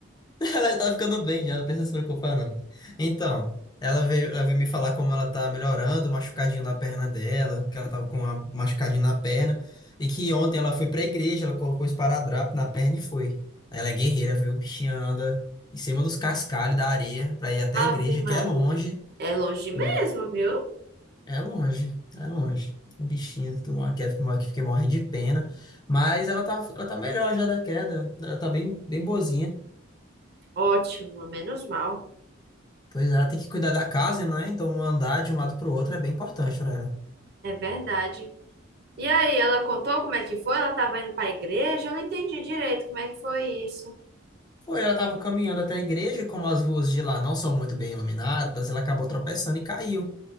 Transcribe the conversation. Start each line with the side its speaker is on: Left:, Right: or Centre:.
Left: Ela já tá ficando bem já, não precisa se preocupar, não. Então, ela veio, ela veio me falar como ela tá melhorando, machucadinho na perna dela, que ela tava com uma machucadinho na perna, e que ontem ela foi pra igreja, ela colocou um esparadrapo na perna e foi. Ela é guerreira, viu? Bichinha anda em cima dos cascalhos da areia pra ir até
Right: Ave
Left: a igreja,
Right: Maria.
Left: que é longe.
Right: É longe mesmo,
Left: Hum,
Right: viu?
Left: É longe, é longe. O bichinho tomou uma queda, que fiquei morrendo de pena. Mas ela tá, ela tá melhor já da queda. Ela tá bem, bem boazinha.
Right: Ótimo, menos mal.
Left: Pois é, ela tem que cuidar da casa, né? Então um andar de um lado para o outro é bem importante para ela.
Right: É verdade. E aí, ela contou como é que foi? Ela estava indo para a igreja? Eu não entendi direito como é que foi isso.
Left: Foi, ela estava caminhando até a igreja e como as ruas de lá não são muito bem iluminadas, ela acabou tropeçando e caiu.